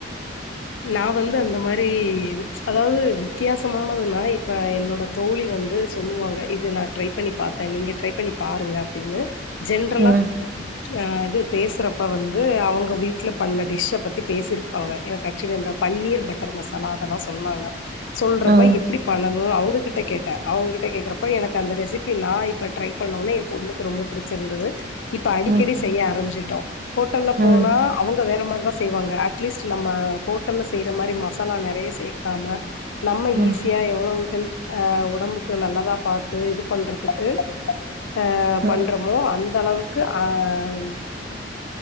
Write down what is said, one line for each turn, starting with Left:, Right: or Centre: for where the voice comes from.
Left: நா வந்து அந்த மாரி அதாவ்து வித்தியாசமானதுனா இப்ப என்னோட தோழி வந்து சொல்லுவாங்க இது நா ட்ரை பண்ணி பாத்தே நீங்க ட்ரை பண்ணி பாருங்க அப்டின்னு ஜென்ட்ரலா
Right: ம்
Left: ஆ இது பேசுறப்ப வந்து அவுங்க வீட்ல பண்ண டிஷ்ஷ பத்தி பேசிருக் காங்க எனக்கு ஆக்சுவலி அந்த பன்னீர் பட்டர் மசாலா அதெல்லா சொன்னாங்க சொல்றப்ப
Right: ம்
Left: எப்டி பண்ணணு அவ்ங்க கிட்ட கேட்டே அவ்ங்க கிட்ட கேக்குறப்ப எனக்கு அந்த ரெசிபி நா இப்ப ட்ரை பண்ணோனே எ பொண்ணுக்கு ரொம்ப புடிச் சிருந்தது இப்ப அடிக்கடி
Right: ம்
Left: செய்ய ஆரம்மிச்சுட்டோ ஹோட்டல்ல
Right: ம்
Left: போனா அவுங்க வேற மாரிதா செய்வாங்க அட் ட்லீஸ்ட்டு நம்ம ஹோட்டல்ல செய்ற மாரி மசாலா நெறைய சேக்காம நம்ம
Right: ம்
Left: ஈஸியா எவ்வளவு ஹெல்த் அ ஒடம்புக்கு நல்லதா பாத்து இது பண்றதுக்கு அ
Right: ம்
Left: பண்ற மோ அந்த அளவுக்கு ஆம்